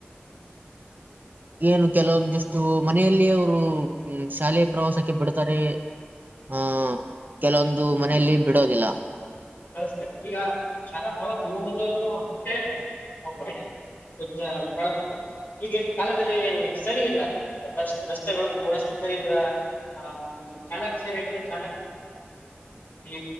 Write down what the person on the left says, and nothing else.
ಬಸ್ಸಲ್ಲಿ ಈಗ ಶಾಲಾ ಪ್ರವಾಸ ಹೋಗ್ದಲೇ ಇರೋವ್ರು. ಪಿಜ್ಜಾ <unintelligible> ಈಗಿನ ಕಾಲದಲ್ಲಿ ಸರಿ ಇಲ್ಲ ಬಷ್ಟು ರಸ್ತೆಗಳು ವ್ಯವಸ್ಥೆ ಸರಿ ಇಲ್ಲ. ಹಾ ಚಾಲಕ್ ಸರಿ ಚಾಲ. ಈ